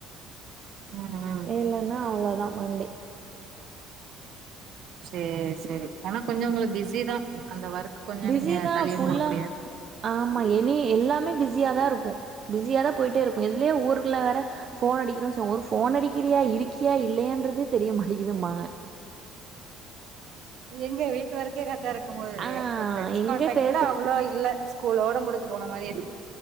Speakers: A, on the right; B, on the right.
A: ம் ம்
B: இல்லனா அவ்ளோதா மன்டே
A: சே சேரி ஆனா கொஞ்சோ உங்ளுக்கு பிஸி தா அந்த ஒர்க்க கொஞ்சோ
B: பிஸி
A: நீங்க
B: தா
A: தள்ளிவு
B: ஃபுல்லா
A: போட முடியா
B: ஆமா எனி எல்லாமே பிஸியாதா இருக்கு பிஸியாதா போயிட்டே இருக்கு எதுலயே ஊர்ல வேற போன் அடிக்கிறோ சோ ஒரு போன் அடிக்கிறியா இருக்கியா இல்லையான்றதே தெரியமாடிக்கிதுமா
A: எங்க வீட்டு வரைக்கே கரெக்டா இரு இருக்மோது
B: ஆ
A: இப்ப பிரண்ட்ஸ்
B: எங்க
A: காண்டாக்ட்
B: பேசுறதுக்கு
A: கூட அவ்ளோ இல்ல ஸ்கூலோட முடிச்சி போன மாரி இருக்கு